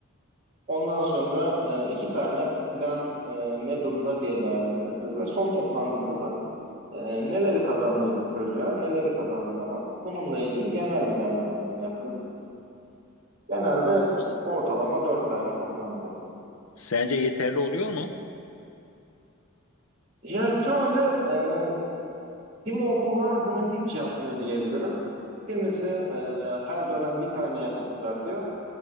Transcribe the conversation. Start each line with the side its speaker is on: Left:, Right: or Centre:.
Right: Ondan sonra e, iki tane plan e, ne durumda diye değerlendirilir ve son toplantıda da Ee, neleri kazandırdı çocuğa, neleri kazandıramadı? Bununla ilgili genel bir değerlendirme yapılır. Genelde
Left: S-
Right: ortalama dört tane toplantı olur.
Left: Sence yeterli oluyor mu?
Right: Ya şöyle, e, kimi okullar bunu hiç yapmıyor diyebilirim. Kimisi e, her dönem bir tane yapıp bırakıyor.